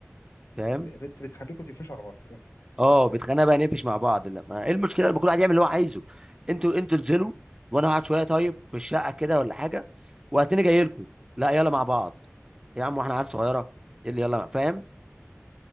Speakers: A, on the right; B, on the left.
A: فاهم
B: بت... بتخليكم تقفشوا على بعض آه.
A: اه بتخانق بقى نقفش مع بعض لا ما ايه المشكله لما كل واحد يعمل اللي هو عايزه انتوا انتوا انزلوا وانا هقعد شويه طيب في الشقه كده ولا حاجه وهتلاقيني جاي لكم لا يلا مع بعض
B: مم.
A: يا عم واحنا عيال صغيره
B: مم.
A: إيه اللي يلا مع- فاهم